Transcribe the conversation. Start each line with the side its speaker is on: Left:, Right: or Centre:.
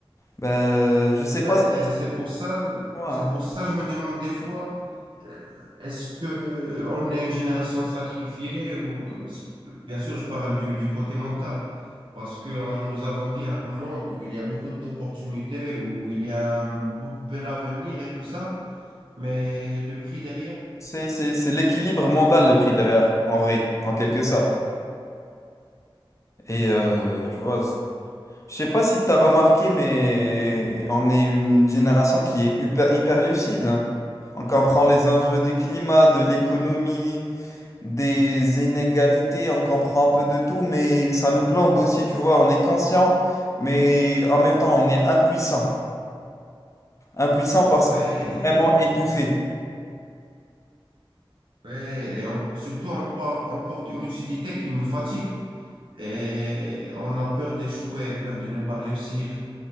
Left: Ben, euh, je sais
Right: Ouais,
Left: pas si
Right: c'est pour ça,
Left: moi,
Right: c'est pour ça que je me demande des fois, euh, est-ce que on est une génération sacrifiée ou, euh, bien sûr, je parle du, du côté mental, parce que on- nous avons dit un monde où il y a beaucoup d'opportunités, où il y a un beau- bel avenir et tout ça, mais le prix derrière,
Left: c'est c'est- c'est l'équilibre mental le prix derrière, en vrai, en quelque sorte. Et euh, tu vois, c- je sais pas si tu as remarqué, mais on est une génération qui est hyper, hyper lucide. hein. On comprend les enjeux du climat, de l'économie, des inégalités, on comprend un peu de tout, mais ça nous plombe aussi, tu vois. On est conscient, mais en même temps, on est impuissant. Impuissant parce
Right: ouais,
Left: qu'on est vraiment étouffé.
Right: ouais, et on- surtout on, par- on porte une lucidité qui nous fatigue et on a peur d'échouer, peur de ne pas réussir.